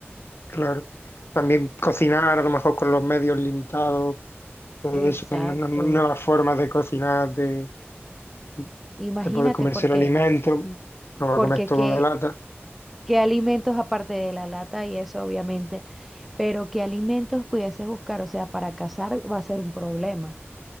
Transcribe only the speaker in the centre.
Exacto.
Imagínate,
porque,
porque
qué,
qué alimentos aparte de la lata y eso, obviamente, pero qué alimentos pudieses buscar, o sea, para cazar va a ser un problema.